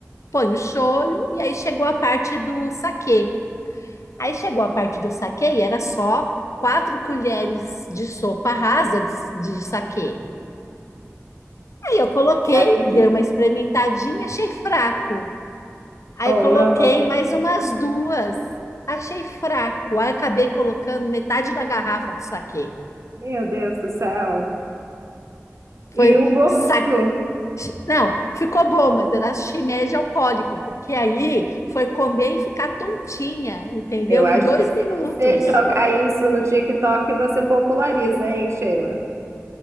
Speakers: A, on the left; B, on the right.
A: põe o shoyu e aí chegou a parte do saquê. Aí chegou a parte do saquê e era só quatro colheres de sopa rasa de, de saquê. Aí eu coloquei,
B: aí
A: dei
B: que...
A: uma experimentadinha, achei fraco. Aí
B: Oh,
A: coloquei
B: não.
A: mais umas duas, achei fraco. Aí acabei colocando metade da garrafa do saquê.
B: Meu Deus do céu.
A: Foi
B: E o gosto?
A: sa... Não, ficou bom, mas era shimeji alcoólico, porque aí foi comer e ficar tontinha, entendeu?
B: Eu acho
A: Em dois
B: que se
A: minutos.
B: você jogar isso no TikTok, você populariza, hein, Sheila?